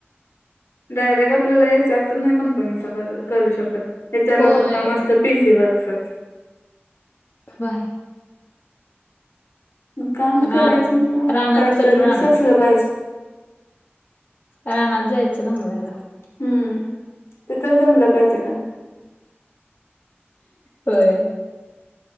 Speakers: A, on the left (about 85°); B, on the left (about 50°).
A: डायरेक्ट आपल्याला एच आर तर नाही कंपनीचा क करू शकत एच आरला
B: होय
A: पण काम असतात. P C works.
B: बाय.
A: काम करायचं
B: रानात
A: मला
B: रानात
A: कायतरी
B: चल रानात
A: सोसलं पाहिजे.
B: रानात जायचं भांंगलायला.
A: हम्म ते तरी जमलं पाहिजे त्यांना.
B: होय.